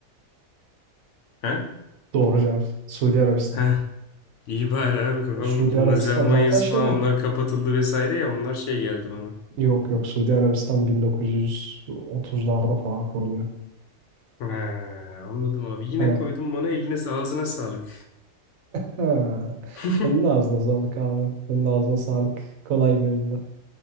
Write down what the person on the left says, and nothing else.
He?
Heh. İyi bari abi kafam
gitti.
Nazi Almanyası
falan onlar kapatıldı vesaire ya onlar şey geldi bana.
He, anladım abi. Yine
koydum bana eline ağzına sağlık.
<laughs>